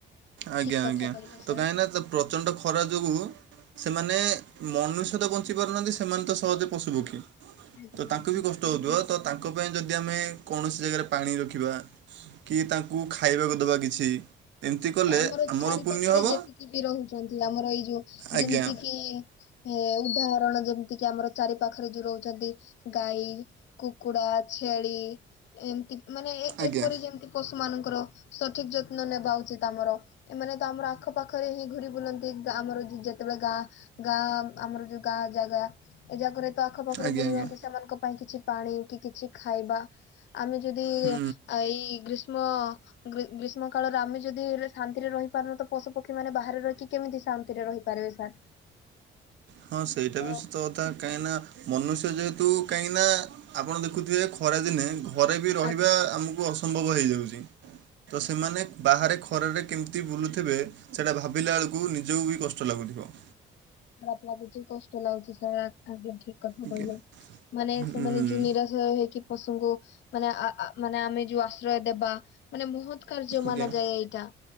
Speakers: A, on the right; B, on the left.
A: ଆଜ୍ଞା।
B: ଠିକ
A: ଆଜ୍ଞା।
B: କଥା କହିଲେ
A: ତ
B: ସାର୍।
A: କାହିଁକି ନା ଯୋଉ ପ୍ରଚଣ୍ଡ ଖରା ଯୋଗୁ ସେମାନେ ମନୁଷ୍ୟ ତ ବଞ୍ଚି ପାରୁନାହାନ୍ତି। ସେମାନେ ତ ସହଜେ ପଶୁ, ପକ୍ଷୀ।
B: ଆଜ୍ଞା
A: ତ ତାଙ୍କୁ
B: ଆଜ୍ଞା।
A: ବି କଷ୍ଟ ହୋଉଥିବ। ତ ତାଙ୍କ ପାଇଁ ଯଦି ଆମେ କୌଣସି ଜାଗାରେ ପାଣି ରଖିବା। କି ତାଙ୍କୁ ଖାଇବାକୁ ଦେବା କିଛି। ଏମିତି କଲେ
B: ଆମର ଚାରି
A: ପୁଣ୍ୟ
B: ପାଖରେ
A: ହେବ
B: ଯେତିକି ବି ରହୁଛନ୍ତି। ଆମର ଏଇ ଯୋଉ
A: ଆଜ୍ଞା
B: ଯେମିତି କିି, ଏ ଉଦାହରଣ ଯେମିତି କି, ଆମର ଚାରି ପାଖରେ ଯୋଉ ରହୁଛନ୍ତି। ଗାଈ, କୁକୁଡ଼ା, ଛେଳି ଏମିତି। ମାନେ ଏ ଏ
A: ଆଜ୍ଞା
B: ପରି ଯେମିତି ପଶୁ ମାନଙ୍କର ସଠିକ୍ ଯତ୍ନ ନେବା ଉ ଚିତ୍ ଆମର। ଏମାନେ ତ ଆମର ଆଖପାଖରେ ହିଁ ଘୁରି ବୁଲନ୍ତି। ଆମର ଯେ ଯେ ଯେତେବେଳେ ଗାଁ। ଗାଁ ଆମର ଯୋଉ ଗାଁ ଜାଗା। ଏ ଯାକରେ ତ ଆଖ ପାଖରେ
A: ଆଜ୍ଞା
B: ବୁଲନ୍ତି।
A: ଆଜ୍ଞା
B: ସେମାନଙ୍କ ପାଇଁ କିଛି ପାଣି, କି କିଛି ଖାଇବା। ଆମେ ଯଦି ଏ
A: ହୁଁ।
B: ଇଏ ଆ ଏଇ ଗ୍ରୀଷ୍ମ ଗ୍ରୀ ଗ୍ରୀଷ୍ମ କାଳରେ ଆମେ- ଯଦି ଇଏ ରେ ଶାନ୍ତିରେ ରହି ପାରୁନୁ। ତ ପଶୁ ପକ୍ଷୀ ମାନେ ବାହାରେ ରହିକି କେମିତି ଶାନ୍ତିରେ ରହିପାରିବେ ସାର୍।
A: ହଁ ସେଇଟା
B: ତ
A: ବି ସତକଥା। କଥା। କାହିଁକି ନା ମନୁଷ୍ୟ ଯେହେତୁ କାହିଁକି ନା ଆପଣ ଦେଖୁଥିବେ ଖରା ଦିନେ ଘରେ ବି ରହିବା
B: ଆଜି
A: ଆମକୁ ଅସମ୍ଭବ ହେଇ ଯାଉଛି। ତ ସେମାନେ ବାହାରେ ଖରରେ କେମିତି ବୁଲୁ ଥିବେ। ସେଟା ଭାବିଲା ବେଳକୁ ନିଜକୁ ବି କଷ୍ଟ ଲାଗୁଥିବ।
B: ଖରାପ୍ ଲାଗୁଚି। କଷ୍ଟ ଲାଗୁଛି ସାର୍। ଆଜ୍ଞା। ଠିକ୍ କଥା
A: ଆଜ୍ଞା
B: କହିଲେ। ମାନେ
A: ହୁଁ
B: ସେମାନେ ଯୋଉ ନିରାଶ ହେଇକି ପଶୁଙ୍କୁ ମାନେ ଆ ଆ ମାନେ ଆମେ ଯୋଉ ଆଶ୍ରୟ ଦେବା। ମାନେ ବୋହୁତ୍ କାର୍ଯ୍ୟ
A: ଆଜ୍ଞା
B: ମାନା ଯାଏ ଏଇଟା।